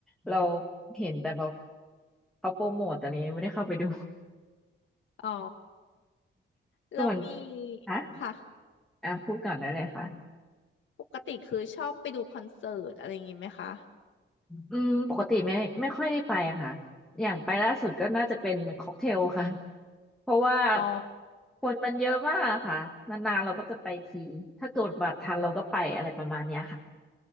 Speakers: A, in the centre; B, on the left.
A: เราเห็นแต่บอกเขาโปรโมทแต่เรายังไม่ได้เข้าไปดู
B: อ๋อแล้วมี
A: ส่วนฮะ
B: ค่ะ
A: อ่ะพูดก่อนได้เลยค่ะ
B: ปกติคือชอบไปดูคอนเสิร์ตอะไรอย่างงี้ไหมคะ
A: อืมปกติไม่ไม่ค่อยได้ไปอะค่ะอย่างไปล่าสุดก็น่าจะเป็นค็อกเทลค่ะ <laughs> เพราะว่า
B: อ๋อ
A: คนมันเยอะมากอะค่ะนานๆเราก็จะไปทีถ้าเกิดบัตรทันเราก็ไปอะไรประมาณเนี้ยค่ะ